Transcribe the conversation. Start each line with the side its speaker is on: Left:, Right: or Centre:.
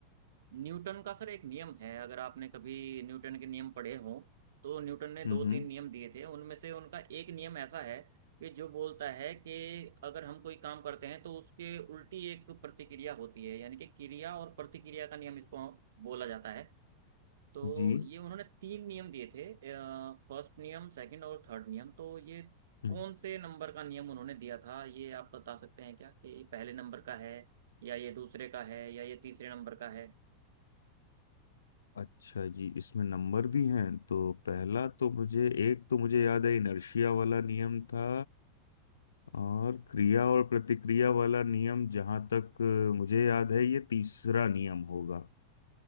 Right: न्यूटन का सर एक नियम है अगर आपने कभी न्यूटन के नियम पढ़े हों तो न्यूटन ने
Left: हम्म
Right: दो
Left: हम्म
Right: तीन नियम दिए थे उनमें से उनका एक नियम ऐसा है कि जो बोलता है कि अगर हम कोई काम करते हैं तो उसके उल्टी एक प्रतिक्रिया होती है यानी कि क्रिया और प्रतिक्रिया का नियम इसको बोला जाता है तो
Left: जी
Right: ये उन्होंने तीन नियम दिए थे फर्स्ट नियम सेकंड और थर्ड नियम तो ये
Left: हम्म।
Right: कौन से नंबर का नियम उन्होंने दिया था ये आप बता सकते हैं क्या कि ये पहले नंबर का है या ये दूसरे का है या ये तीसरे नंबर का है
Left: अच्छा जी इसमें नंबर भी हैं तो पहला तो मुझे एक तो मुझे याद है इनर्शिया वाला नियम था और क्रिया और प्रतिक्रिया वाला नियम जहां तक अ, मुझे याद है ये तीसरा नियम होगा